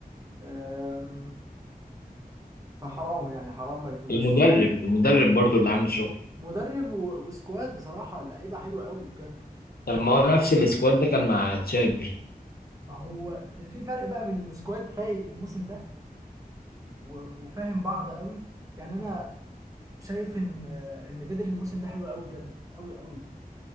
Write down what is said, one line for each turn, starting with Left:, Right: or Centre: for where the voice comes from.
Right: آم، فحرام يعني حرام ما يفوزوش
Left: المدرب المدرب برضو اللي عامل شغل
Right: مدرب و- وسكواد بصراحة اللعيبة حلوة قوي بجد
Left: طب ما هو نفس السكواد ده كان مع تشافي
Right: ما هو في فرق بقى بين سكواد فايق الموسم ده و- وفاهم بعض قوي يعني انا شايف ان ان بدري الموسم ده حلو قوي بجد قوي قوي